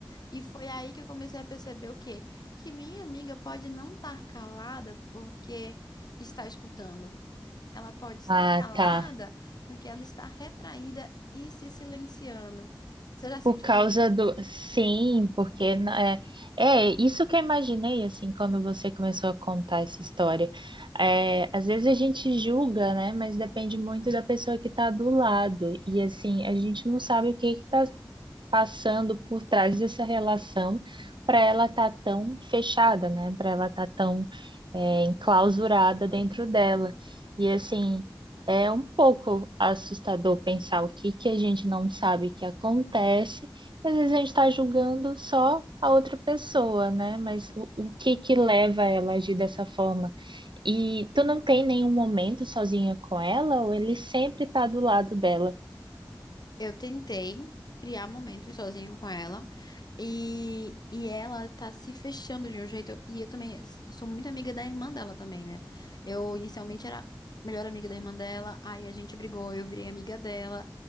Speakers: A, on the left; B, on the right.
A: E foi aí que eu comecei a perceber o quê? Que minha amiga pode não estar calada porque está escutando. Ela pode estar
B: Ah,
A: calada
B: tá.
A: porque ela está retraída e se silenciando. Você já sentiu
B: Por causa
A: isso?
B: do. Sim, porque. na- É, é isso que eu imaginei, assim, quando você começou a contar essa história. É, às vezes a gente julga, né? Mas depende muito da pessoa que está do lado. E, assim, a gente não sabe o que está passando por trás dessa relação para ela estar tá tão fechada, né? Para ela estar tá tão é, enclausurada dentro dela. E assim, é um pouco assustador pensar o que que a gente não sabe que acontece, e às vezes a gente está julgando só a outra pessoa, né? Mas o, o que que leva ela a agir dessa forma? E tu não tem nenhum momento sozinha com ela, ou ele sempre está do lado dela?
A: Eu tentei criar momentos sozinho com ela e, e ela tá se fechando de um jeito. eu- e eu também s- sou muito amiga da irmã dela também, né? Eu inicialmente era melhor amiga da irmã dela, aí a gente brigou, eu virei amiga dela,